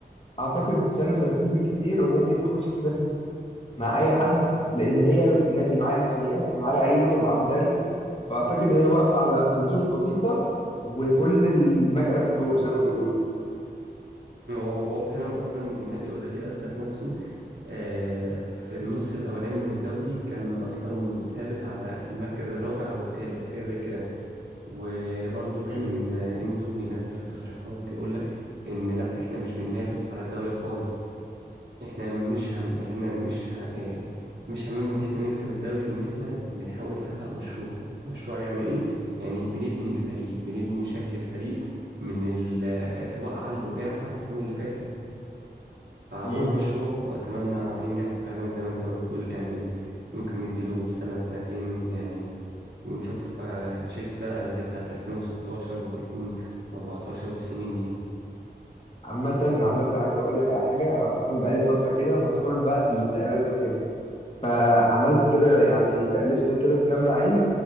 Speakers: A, on the left (about 35°); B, on the right (about 80°).
A: اعتقد سنه سنتين بالكتير وممكن تخش تنافس مع اي حد لان هي نادي معاه امكانيات ومعاه لعيبه ومعاه مدرب فاعتقد هي واقفه على رتوش بسيطه وكل المكنه تدور زي ما بيقولوا
B: وهو وهو فعلا اصلا النادي اوريدي اثبت نفسه آه، في النص الاولاني من الدوري كان اصلا ثابت على المركز الرابع او الثالث حاجه زي كده وبرده كان
A: مم.
B: آه، انزو بينزل في تصريحات بيقول لك ان لا احنا مش بننافس على الدوري خالص احنا مش هم احنا مش ه... إيه، مش هممنا ان احنا نكسب الدوري لان احنا بنحاول نحقق مشروع مشروع يعني ايه يعني بنبني الفريق بنبني شكل الفريق من الوقعة اللي وقعها السنة اللي فاتت فهو
A: مم.
B: مشروع واتمنى ينجح وفعلا زي ما انت ما بتقول يعني ممكن نديله سنة سنتين يعني ونشوف آه، تشيلسي بقى زي بتاعت 2016 و2014 والسنين دي
A: عامة عامة عايز أقول لك على حاجة أنا أصلا بقالي فترة كده مسحول بقى في الانتقالات وكده فعملت كده يعني ك- لسه كده بكام لعيب